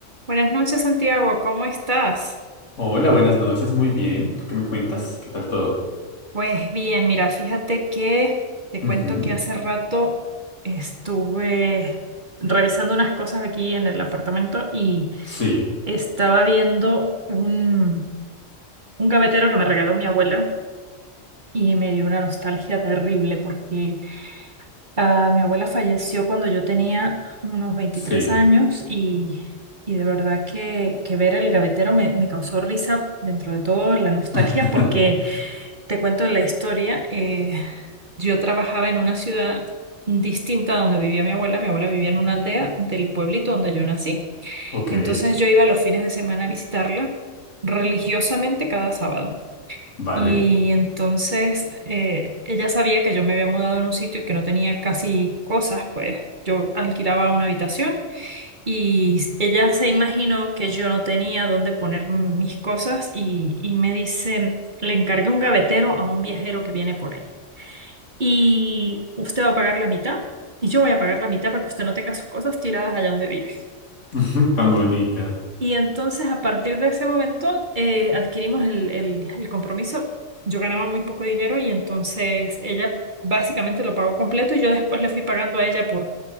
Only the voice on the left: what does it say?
Hola, buenas noches, muy bien. ¿Tú qué me cuentas? ¿Qué tal todo?
Ujú,
Sí,
sí.
<laughs>
Ok,
vale.
<laughs> Tan bonita.